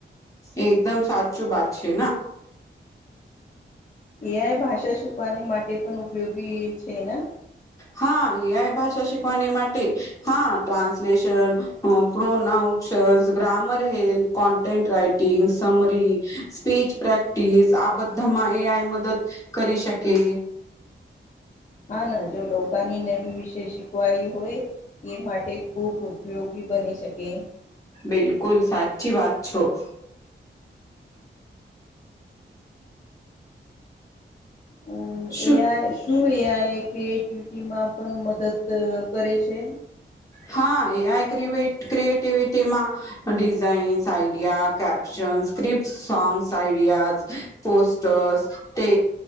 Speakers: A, on the left; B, on the left.
A: એકદમ સાચું વાત છે.
B: એ. આઈ ભાષા શીખવાની માટે પણ ઉપયોગી છે ને.
A: હા, એ ભાષા શીખવાની માટે. હા, translation, pronunciations, grammar help. Content writing, summary speech practice આ બધામાં એ. આઈ મદદ કરી શકે.
B: હા, ના જો લોકોની નવી વિષય શીખવાઈ હોય. એ માટે ખૂબ ઉપયોગી બની શકે.
A: બિલકુલ, સાચી વાત છો.
B: હમ, એ.
A: શું
B: આઈ. શું એ આ એ ક્રિએટિવિટીમાં પણ મદદ કરે છે?
A: હા, એ આ ક્રિએટીવિટી માં. Designs, idea, caption, script, songs, ideas, posters. તે